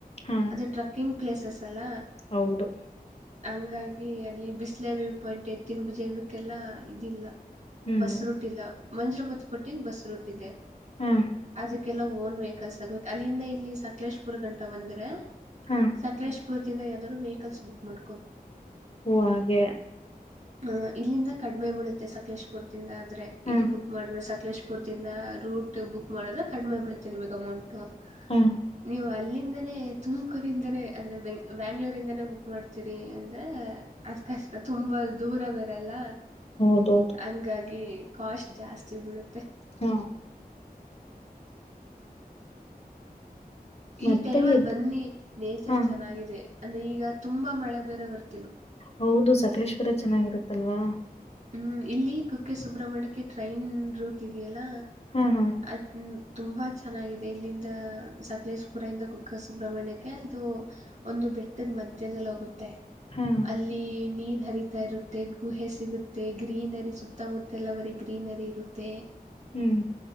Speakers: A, on the left; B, on the right.
A: ಹಾ
B: ಅದು ಟ್ರಕ್ಕಿಂಗ್. ಪ್ಲೇಸಸ್ ಅಲ್ಲ
A: ಹೌದು
B: ಹಂಗಾಗಿ. ಏ ಅಲ್ಲಿ ಬಿಸಲೆ ವ್ಯ್ ಪಾಯಿಂಟ್ ಎತ್ತಿನ್ ಜೈವಕ್ಕೆಲ್ಲಾ ಇದಿಲ್ಲ
A: ಹ್ಮ್
B: ಬಸ್ ರೂಟ್ ಇಲ್ಲ. ಮಂಜ್ರಬತ್ ಕೊಟ್ಟಿಗ ಬಸ್ ರೂಟಿದೆ
A: ಹ್ಮ್
B: ಆದ್ರ ಕೆಲವು. ಓನ್ ವೆಕಲ್ಸ್ ಆಗ್ಬೇಕು ಅಲ್ಲಿಂದ ಇಲ್ಲಿ ಸಕಲೇಶ್ಪುರ್ ಗಂಟ ಬಂದ್ರೆ
A: ಹಾ
B: ಸಕಲೇಶ್ ಪುರದಿಂದ ಯಾವ್ದ್ರ ವೆಕಲ್ಸ್ ಬುಕ್ ಮಾಡ
A: ಓ ಹಾಗೆ.
B: ಹ್ಮ್ಮ್ ಇಲ್ಲಿಂದ ಕಡಿಮೆ ಬೀಳುತ್ತೆ ಸಕಲೇಶ್ಪುರದಿಂದ ಆದ್ರೆ
A: ಹಾ
B: ಇಲ್ಲಿ ಬುಕ್ ಮಾಡ್ರ ಸ ಕಲೇಶಪುರ್ದಿಂದ ರೂಟ್ ಬುಕ್ ಮಾಡಿದ್ರೆ ಕಡಿಮೆ ಬಿಳುತ್ತೆ ನಿಮಗ್ ಅಮೌಂಟು
A: ಹಾ
B: ನೀವು ಅಲ್ಲಿ ಲ್ಲಿಂದಾನೇ ತುಮಕೂರಿಂದಾನೇ ಅಂದ್ರೆ ಬೆ ಬ್ಯಾಂಗ್ಳೂರಿಂದಾನೇ ಬುಕ್ ಮಾಡ್ತೀರಿ ಅಂದ್ರೆ ಅದ. ಕಷ್ಟ ತುಂಬಾ ದೂರವ ವೆಲ್ಲ
A: ಹೌದೌದು
B: ಹಂಗಾಗಿ ಕಾಸ್ಟ್ ಜಾಸ್ತಿ ಬಿಳುತ್ತ
A: ಹಾ
B: ಈ
A: ಮತ್ತೆ
B: ಟೈಮಲ್ಲಿ
A: ಇದ್
B: ಬನ್ನಿ ನೇಚರ್
A: ಹಾ
B: ಚೆನ್ನಾಗಿದೆ ಅಂದ್ರೆ ಈಗ ತುಂಬಾ ಮಳೆ ಬೇರೆ ಬರ್ತ
A: ಹೌದು ಸಕಲೇಶ್ಪುರ ಚೆನ್ನಾಗಿರುತ್ತಲ್ವಾ.
B: ಹ್ಮ್ಮ್ ಇಲ್ಲಿ ಕುಕ್ಕೆ ಸುಬ್ರ್ಮಣ್ಯಕ್ಕೆ ಟ್ರೈನ್ ರೂಟ್ ಇದೆಯಲ್ಲ
A: ಹಾ ಹಾ
B: ಅದನ ತುಂಬಾ ಚೆನ್ನಾಗಿದೆ ಇಲ್ಲಿಂದ ಸಕ್ಲೇಶ್ಪುರ ಇಂದ ಕುಕ್ಕೆ ಸುಬ್ರಹ್ಮಣ್ಯಕ್ಕೆ ಅದು ಒಂದು. ಬೇಟ್ಟದ ಮಧ್ಯದಲ್ಲಿ ಹೋಗುತ್ತೆ
A: ಹಾ
B: ಅಲ್ಲಿ ನೀರ್ ಹರಿತಾ ಇರುತ್ತೆ ಗುಹೆ ಸಿಗು ತ್ತೇ ಗ್ರೀನರಿ ಸುತ್ತಮುತ್ತ ಎಲ್ಲ ಬರಿ ಗ್ರೀನರಿ ಇರುತ್ತೆ.
A: ಹ್ಮ್